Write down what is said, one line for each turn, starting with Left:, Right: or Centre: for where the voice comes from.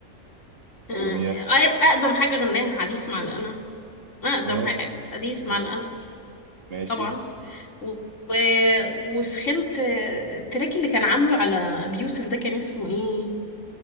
Left: آه،
Right: اغنيه
Left: أق- اقدم حاجة غناها حديث مع القنا اقدم
Right: اه
Left: حاجة حديث
Right: ماشي
Left: مع القنا
Right: ماشي
Left: طبعا و... و... وسخنت آه، التراك اللي كان عامله على ابي يوسف ده كان اسمه ايه